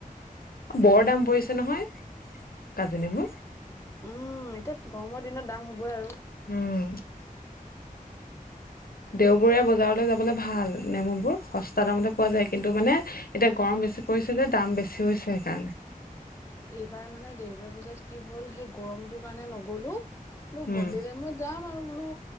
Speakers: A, on the left; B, on the left.
A: বৰ দাম পৰিছে নহয় কাজী নেমুুৰ
B: উম এতিয়া গৰমৰ দিনত দাম হ'বই আৰু।
A: উম। দেওবৰীয়া বজাৰলৈ যাবলে ভাল নেমু বোৰ স টা দামতে পোৱা যায় কিন্তু মানে এতিয়া গৰম বেছি পৰিছে যে দাম বেছি হৈছে সেইকাৰণে।
B: এইবাৰ মানে দেওবাৰ বজাত কি হ'ল সেই গৰমটোৰ কাৰণে নগলো। বোলো
A: উম
B: গ'লিৰে মই যাম আৰু বোলো